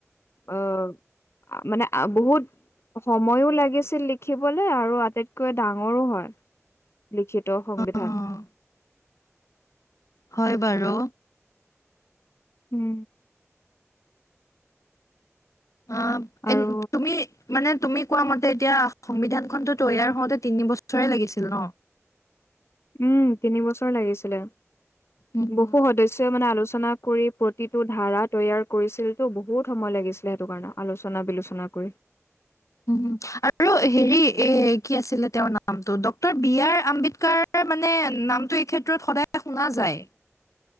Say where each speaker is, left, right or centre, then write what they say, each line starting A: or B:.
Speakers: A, on the left; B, on the left.
A: অহ আ মানে বহুত সময়ো লাগিছিল লিখিবলে আৰু আটাইতকৈ ডাঙৰো হয় লিখিত সংবিধান
B: অ', হয় বাৰু
A: উম
B: অ
A: আৰু
B: তুমি মানে তুমি কোৱা মতে এতিয়া সংবিধানখনতো তৈয়াৰ হওঁতে তিনি বছৰে লাগিছিল ন
A: উম তিন বছৰ লাগিছিলে
B: উম, হুম,
A: বহু সদস্যই মানে আলোচন কৰি প্ৰতিটো ধাৰা তৈয়াৰ কৰিছিল টো বহুত সময় লাগিছিলে সেইটো কাৰণে আলোচনা বিলোচনা কৰি <unintelligible>
B: উম আৰু হেৰি এ কি আছিলে তেওঁৰ নামটো ডক্তৰ বি আৰ আম্বেদকাৰ মানে নামটো এই ক্ষেত্ৰত সদায় শুনা যায়